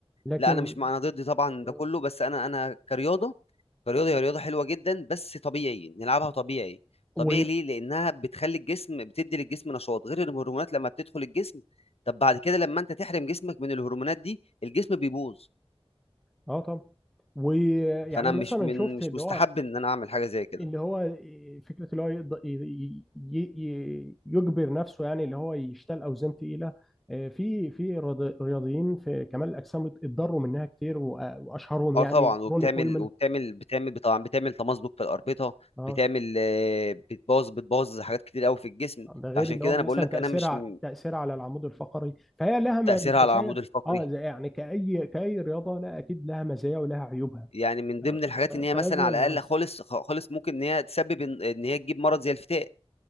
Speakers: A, in the centre; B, on the left.
A: لكن
B: لا انا مش مع انا ضد طبعا
A: آه.
B: ده كله بس انا انا كرياضه كرياضة هي رياضة حلوة جدا بس طبيعي نلعبها طبيعي
A: و
B: طبيعي ليه؟ لأنها بتخلي الجسم بتدي للجسم نشاط غير الهرمونات لما بتدخل الجسم طب بعد كده لما أنت تحرم جسمك من الهرمونات دي الجسم بيبوظ
A: اه طبعا ويعني
B: فأنا
A: مثلا
B: مش من
A: شفت
B: مش
A: اللي
B: مستحب
A: هو
B: إن أنا أعمل حاجة زي كده
A: اللي هو آه، فكره اللي هو يقدر ي... ي... ي... يجبر نفسه يعني اللي هو يشتغل اوزان تقيله آه، في في رياض- رياضيين في كمال الاجسام اتضروا منها كتير وأ- واشهرهم
B: أه
A: يعني
B: طبعا وبتعمل
A: روني كولمان
B: وبتعمل بتعمل طبعا بتعمل تمزق في الأربطة
A: اه
B: بتعمل آه، بتبوظ بتبوظ حاجات كتير قوي في الجسم
A: ده غير
B: فعشان
A: اللي
B: كده
A: هو مثلا
B: أنا بقول لك
A: تاثيرها
B: أنا مش م-
A: تاثيرها على العمود الفقري فهي لها
B: تأثيرها على
A: مزايا
B: العمود الفقري
A: اه زي يعني كاي كاي رياضه لا اكيد لها مزايا ولها عيوبها
B: يعني من ضمن الحاجات
A: ف-
B: ان هي
A: فلازم
B: مثلا على
A: نوازن
B: الاقل خالص خ- خالص ممكن ان هي تسبب ان إن هي تجيب مرض زي الفتاق